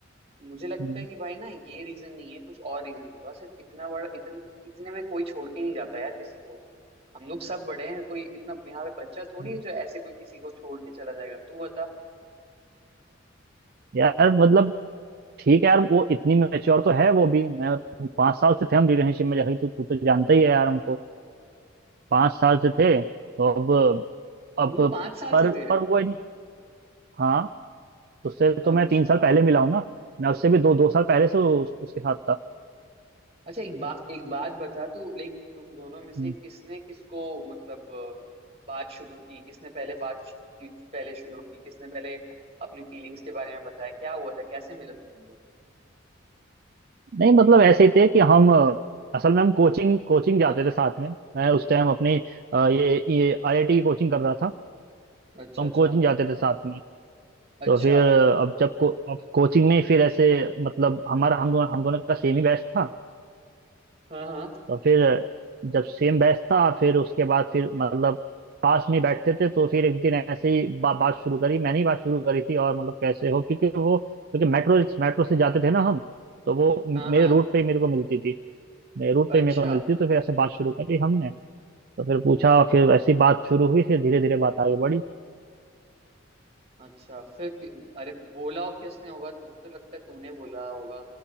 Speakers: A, on the right; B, on the right.
A: मुझे लगता
B: हम्म,
A: है कि भाई ना ये रीजन नहीं है कुछ और रीजन होगा सिर्फ इतना बड़ा इतन, इतने में कोई छोड़ के नहीं जाता यार किसी को हम लोग सब बड़े हैं कोई इतना यहाँ पे बच्चा थोड़ी
B: हम्म।
A: है जो ऐसे कोई किसी को छोड़ के चला जाएगा तू बता
B: यार मतलब ठीक है यार वो इतनी मेच्योर तो है वो भी मैं पाँच साल से थे हम रिलेशनशिप में जैसे कि तू तू तो जानता ही है यार हमको पाँच साल से थे तो अब अब
A: तुम लोग पांच साल
B: पर
A: से थे
B: पर वो इन- हाँ तो उससे
A: अच्छा
B: तो मैं तीन साल पहले मिला हूँ ना मैं उससे भी दो दो साल पहले से उस, उसके साथ था
A: अच्छा एक बात एक बात बता तू लाइक तुम दोनों में से
B: हम्म।
A: किसने किसको मतलब अ, बात शुरू की किसने पहले बात श- की- पहले शुरू की किसने पहले अपनी फीलिंग्स के बारे में बताया क्या हुआ था कैसे मिला था तुम लोग
B: नहीं मतलब ऐसे ही थे कि हम अ, असल में हम कोचिंग कोचिंग जाते थे साथ में मैं उस टाइम अपनी अ, ये ये आईआईटी की कोचिंग कर रहा था
A: अच्छा
B: तो हम
A: अच्छा
B: कोचिंग जाते थे साथ में
A: अच्छा
B: तो फिर अ, अब जब को, अब कोचिंग में फिर ऐसे मतलब हमारा हम दोनों हम दोनों का सेम ही बैच था
A: हाँ हाँ
B: तो फिर जब सेम बैच था फिर उसके बाद फिर मतलब पास में ही बैठते थे तो फिर एक दिन ऐसे ही बा, बात शुरू करी मैंने ही बात शुरू करी थी और मतलब कैसे हो क्योंकि वो क्योंकि मेट्रो मेट्रो से जाते थे ना हम तो वो मेरे
A: हाँ हाँ
B: रूट पे ही मेरे को मिलती थी मेरे रूट पे
A: अच्छा
B: ही मेरे को मिलती थी तो फिर ऐसे बात शुरू करी हमने तो फिर पूछा फिर ऐसी बात शुरू हुई फिर धीरे धीरे बात आगे बढ़ी
A: अच्छा फिर कि, अरे बोला हो किसने होगा तो मुझे तो लगता है तूने बोला होगा